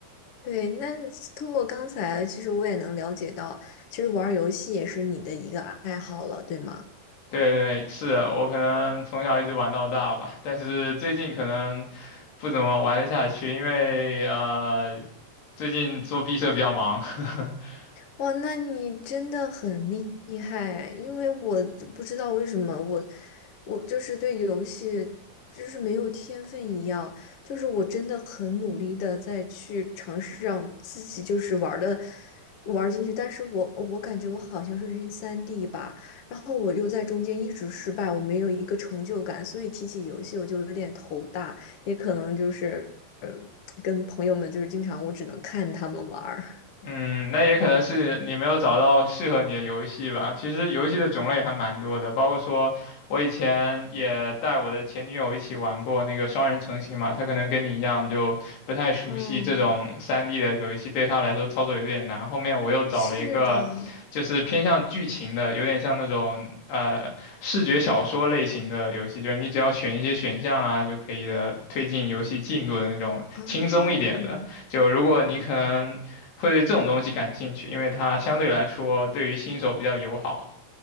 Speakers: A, on the left (about 50°); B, on the left (about 80°).
A: 对，那通过刚才，其实我也能了解到，其实玩儿游戏也是你的一个爱好了，对吗？
B: 对对，是我可能从小一直玩到大吧，但是最近可能不怎么玩得下去，因为呃最近做毕设比较忙。<laughs>
A: 哇，那你真的很厉厉害，因为我就不知道为什么我我就是对游戏就是没有天分一样，就是我真的很努力的在去尝试让自己就是玩的玩进去，但是我我感觉我好像是晕三 d 吧，然后我又在中间一直失败，我没有一个成就感，所以提起游戏我就有点头大，也可能就是嗯跟朋友们就是经常我只能看他们玩儿，
B: 嗯，那也可能是你没有找到适合你的游戏吧。其实游戏的种类还蛮多的，包括说我以前也带我的前女友一起玩过那个双人成行嘛，她可能跟你一样就不太熟悉这种三
A: 嗯。
B: d 的游戏，对她来说操作有点难。后面我又找了一个就是偏向剧情的，
A: 是的，
B: 有点像那种呃视觉小说类型的游戏，就是你只要选一些选项啊就可以的推进游戏进度的那种轻松一点的。
A: 嗯，
B: 就如果你可能会对这种东西感兴趣，因为它相对来说对于新手比较友好。